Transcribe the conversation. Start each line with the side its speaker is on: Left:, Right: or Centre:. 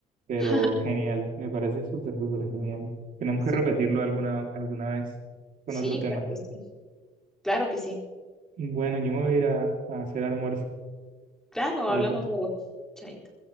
Right: pero
Centre: <laughs>
Right: genial, me parece súper, súper genial. Tenemos
Centre: Súper.
Right: que repetirlo alguna, alguna vez con
Centre: Sí,
Right: otro tema.
Centre: claro que sí. Claro que sí.
Right: Bueno, yo me voy a ir a, a hacer almuerzo,
Centre: Claro,
Right: chaito.
Centre: hablamos luego. Chaito.